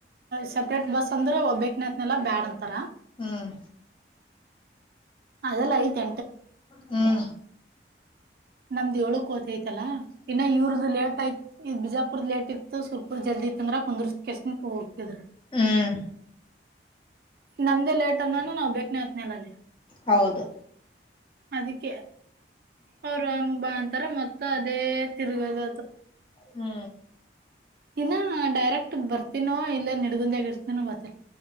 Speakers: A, on the right (about 55°); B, on the left (about 30°).
A: ಸಪ್ರೇಟ್ ಬಸ್ ಅಂದ್ರೆ ಒಬ್ಬಕ್ನತ್ನೆಲ್ಲಾ ಬ್ಯಾಡ್ ಅಂತಾರ
B: ಹ್ಮ್
A: ಅದೆಲ್ಲ ಐತೆ
B: ಹಾ
A: ನಮ್ದ್ ಏಳು ಕೋತ ಐತಲ್ಲ ಇನ್ನ ಇವದ ಲೇಟ್ ಆಯತ್ ಇ ಬಿಜಾಪುರ್ದ ಲೇಟ್ ಇತ್ತು ಸುರ್ಪುರ್ ಜಲ್ದಿ ಚಂದ್ರ ಕುಂದರ್ಸ ಕೆಸ ಹೋಗ್ತಿದ್ರ
B: ಹ್ಮ್
A: ನಂದೇ ಲೇಟ್ ತನ್ನಾನು ನಾವ್ ಬಕ್ ನವತ್ನೇಲಲ್ಲಿ
B: ಹೌದು
A: ಅದಕ್ಕೆ ಅವರು ಹಂಗ್ ಬಾ ಅಂತಾರ ಮತ್ತತ್ ಅದೇ ತಿರುಗೋದ
B: ಹ್ಮ್
A: ಇನ್ನ ಡೈರೆಕ್ಟ್ ಬರ್ತೀನ ಇಲ್ಲ ನಿಡಗುಂದ ಆಗ ಗತಿ